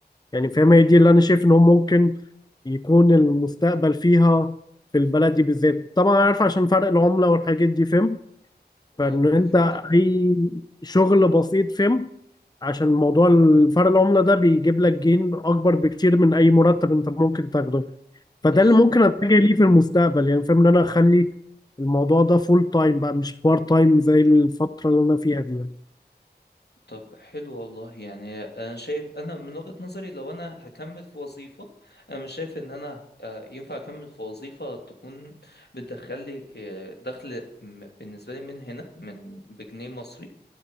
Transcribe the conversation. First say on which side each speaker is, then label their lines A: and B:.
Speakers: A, on the left (about 25°); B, on the left (about 70°).
A: يعني فاهم هي دي اللي انا شايف ان هو ممكن يكون المستقبل فيها في البلد دي بالذات طبعا عارف عشان فرق العمله والحاجات دي فاهم
B: اه
A: فان انت
B: بيفرق طبعا
A: اي شغل بسيط فاهم عشان موضوع فرق العمله ده بيجيب لك جين اكبر بكتير من اي مرتب انت ممكن تاخده
B: بالظبط
A: فده اللي ممكن اتجه ليه في المستقبل يعني فاهم ان انا اخلي الموضوع ده فول تايم بقى مش بارت تايم زي الفترة اللي انا فيها دي يعني.
B: طب حلو والله يعني أنا شايف أنا من وجهة نظري لو أنا هكمل في وظيفة أنا مش شايف إن أنا آه، ينفع أكمل في وظيفة تكون بتدخل لي آه، دخل م- بالنسبة لي من هنا من بجنيه مصري